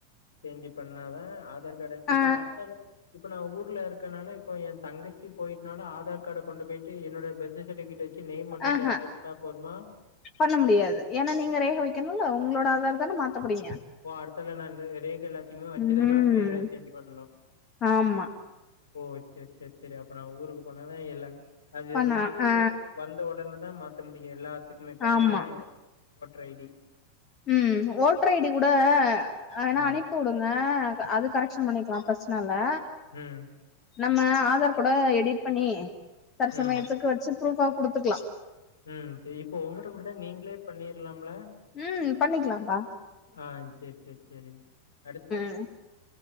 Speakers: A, on the left (about 65°); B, on the left (about 30°).
A: சேஞ்சு பண்ணாதா ஆதார் காட இப்ப
B: ஆ
A: அடுத்தால இப்ப நா ஊர்ல இருக் கனால இப்ப எ தங்கச்சி போய்னால ஆதார் கார்ட கொண்டு போய்ட்டு என்னோட பெர்த்து சர்டிபிகேட்ட கிமே மட்டு
B: ஆஹா
A: கேப் உட்டா போதுமா
B: பண்ண முடியாது ஏன்னா நீங்க ரேக வைக்கணுல்ல உங்களோட ஆதார் தான மாத்த போறீங்க
A: ஓ அடுத்தால நானா ரேக எல்லாத்தைமே வச்சிதா
B: ம்
A: நா பேர சேஞ்ச்சு பண்ணனு
B: ஆமா
A: ஓ சேரி சேரி சேரி அப்ப நா ஊருக்கு போனாதா எல்ல அது
B: பண்ணா
A: வந்து
B: ஆ
A: வந்த உடன தா மாத்த முடியு எல்லாத்துக்குமே பனு
B: ஆமா
A: ஓட்ரைடி
B: ம் ஓட்ர ஐடி கூட அனா
A: ஆ,
B: அனுப்பி உடுங்க அது கரெக்ஷன் பண்ணிக்லாம் பர்ஸ்னலா
A: உம்
B: நம்ம ஆதார் கூட எடிட் பண்ணி தர்சமயத்துக்கு
A: ம்,
B: வெச்சு ப்ரூஃபா குடுத்துக்குலா
A: ம் இப்ப இப்போ உங்கிட்ட கூடதா நீங்களே பண்ணிருலாம்ல
B: ம் பண்ணிக்கலாப்பா
A: ஆ சேரி சேரி சேரிங் அடுத்து
B: அ